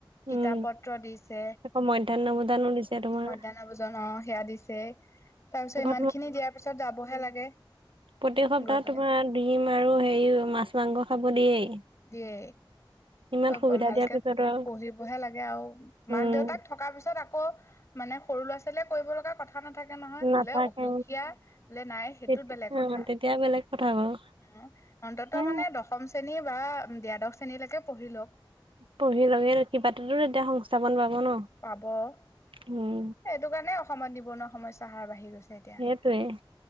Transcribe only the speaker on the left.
কিতাপ পত্ৰত দিছে
মধ্যাহ্ন ভোজন সেয়া দিছে তাৰ পিছত
ইমান খিনি দিয়াৰ পিছত যাবহে লাগে
গৈ পেলাই
দিয়
অ
ভালকে
পঢ়িবহে লাগে আৰু
মাক দেউতাক থকাৰ পিছত আকৌ মানে সৰু ল'ৰা ছোৱালীয়ে কৰিব লগা কথা খা নাথাকে নহয়
বোলে অসুখীয়া বোলে নাই সেইটোত
বেলেগ কথা
উ অন্তত
মানে দশম শ্ৰেণী বা দ্বাদশ শ্ৰেণীলৈকে পঢ়ি লওক
পাব এইটো
কাৰণে অসমত নিবনুৱা সমস্যা হাৰ বাঢ়ি গৈছে এতিয়া